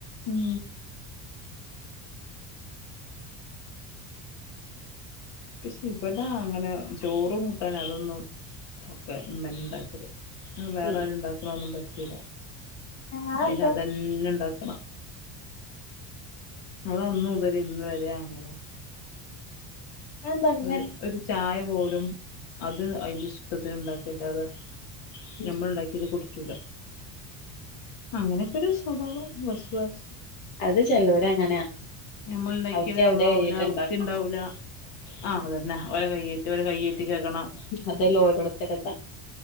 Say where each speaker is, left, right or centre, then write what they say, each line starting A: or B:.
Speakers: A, on the left (about 65°); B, on the left (about 80°).
A: മ് പക്ഷെ ഇവിടെ അങ്ങനെ ചോറും കൂട്ടാൻ അതൊന്നും ഒക്കെ ഇമ്മന്നണ്ടാക്കൽ. വേറെ
B: ഉം
A: ആരും ഇണ്ടാക്ക്ണ ഒന്നും പറ്റൂല
B: അതെന്താ
A: അയിന് അതന്നെ ഇണ്ടാക്കണം. അതന്ന് ഉപരി ഇന്ന് വരെ അങ്ങനെ.
B: അതെന്താ അങ്ങനെ
A: ഒരു ഒരു ചായ പോലും അത് അയിന്റെ ഇഷ്ടത്തിന്ണ്ടാക്കല്ലാതെ
B: ഉം
A: ഞമ്മൾണ്ടാ ഇത് കുട്ച്ചൂല അങ്ങനെക്കെ ഒരു സ്വഭാവം വസ്വാസ്
B: അത് ചെലോര് അങ്ങനെയാ
A: നമ്മൾ ഇണ്ട്യാക്കല്
B: അവർക്ക് അവരുടെ
A: നന്നാവൂല
B: കൈയിട്ട് ഉണ്ടാക്കണം
A: വൃത്തിണ്ടാവൂല ആഹ് അതന്നെ ഓലേ കയ്യേറ്റി ഒരു കയ്യേറ്റി കേൾക്കണം.
B: അതെല്ലോ ഓരുത്തരതാണ്